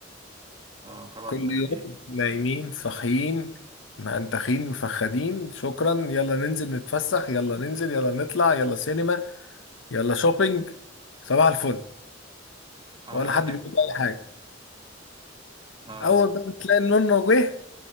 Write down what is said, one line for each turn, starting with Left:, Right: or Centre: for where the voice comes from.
Right: اه خلاص
Left: كل
Right: بقى
Left: يوم
Right: يعني
Left: نايمين صاحيين مأنتخين مفخدين شكرا يلا ننزل نتفسح يلا ننزل يلا نطلع يلا سينما يلا شوبينج صباح الفل
Right: اه
Left: ولا
Right: لكن
Left: حد بيقول اي حاجه
Right: اه
Left: اول بقى ما تلاقي النونو جه